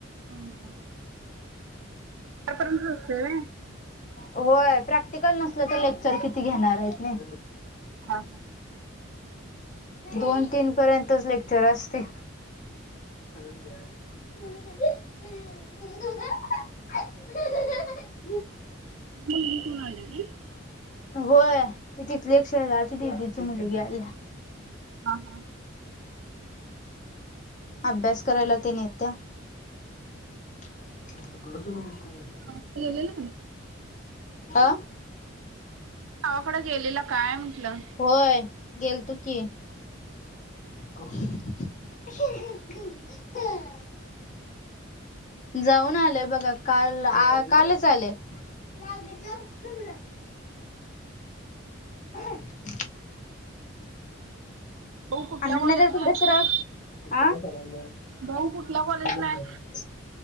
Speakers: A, on the right (about 80°); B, on the left (about 40°).
A: हम्म हम्म. <unintelligible> पर्यंतच असते नाय
B: होय प्रॅक्टिकल नसलं तर लेक्चर किती घेणार आहेत नाय
A: हा.
B: दोन तीन पर्यंतच लेक्चर असते. <inaudible>
A: तुम्ही <unintelligible> आल्या काय?
B: होय तिथली एक शहराची दिदीची मुलगी आली.
A: हा.
B: अभ्यास करायला ते नेत्या <inaudible>
A: हा गेलेलं <unintelligible>
B: आह
A: गावाकडं गेलेलं काय म्हटलं
B: होय गेलतो की ह जाऊन आलेय बघा काल आ कालच आलेय <inaudible> <inaudible>
A: भाऊ कुठल्या
B: आनंद
A: कॉलेजला
B: नगर
A: आहे
B: <unintelligible> सराव <unintelligible>
A: भाऊ कुठल्या कॉलेजला आहे